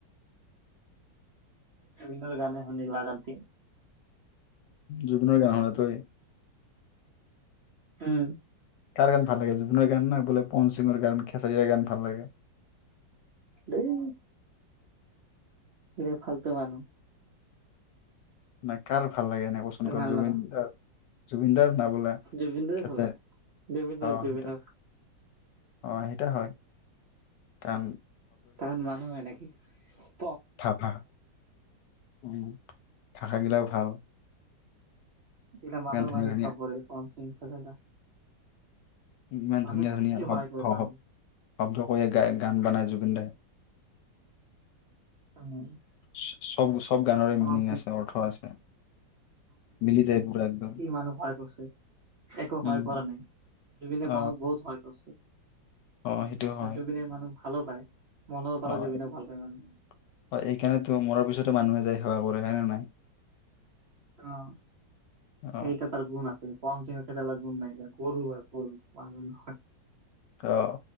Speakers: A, on the right; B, on the left.
A: ৰবিন্দৰ গানে শুনি <unintelligible>
B: জুবিনৰ গান শুনো, আতঁৰি।
A: হম।
B: কাৰ গান ভাল লাগে, জুবিনৰ গান নে, বোলে পন সিঙৰ গান, খেচৰীয়াৰ গান ভাল লাগে।
A: দেই। কি যে ফালতু মানুহ।
B: নেকাৰো। ভাল লাগে নাই, কচোন ক'?
A: ভাল
B: জুবিন
A: লগা
B: দা জুবিন দাৰ না বোলে
A: জুবিনদাই
B: খেচাৰি
A: ভাল আৰু <unintelligible>
B: অ
A: জুবিনদা।
B: সেইটা অ সেইটো হয় কাণ
A: তাত মানুহ হয় নেকি। <inaudible>
B: থকা উম থাকাগিলাও ভাল।
A: এইকেইটা মানুৰ
B: ইমান ধুনীয়া
A: মাজত
B: ধুনীয়া
A: নপৰে <unintelligible> নেযাঙ যা।
B: ইমান ধুনীয়া
A: মানুহ
B: ধুনীয়া
A: কি
B: শব
A: হয়
B: শ-
A: কৰে তাৰমানে,
B: শব্দ কৰি গাই গান বনায় জুবিন দাই।
A: <unintelligible>
B: <unintelligible>
A: <unintelligible>
B: মিনিং
A: কি
B: আছে অৰ্থ আছে মিলি যায় পুৰা একদম
A: মানুহ সহায় কৰিছে একো
B: উম
A: ভয় কৰা নাই‌ জুবিনে
B: অ
A: মানুহ বহুত সহায় কৰিছে।
B: অ সেইটোৱে হয়।
A: আৰু জুবিনে মানুহ ভালো পায়। মনৰ পৰা
B: অ অ
A: জুবিনক ভাল পায় মানুহে
B: এইকাৰণেতো মোৰো পিছতো মানুহে দেশ সেৱা কৰে কাৰণে নাই।
A: অ',
B: অ
A: সেইটো তাৰ গুণ আছে। গুন নাইকিয়া। <unintelligible> হয়, হয়।
B: অ',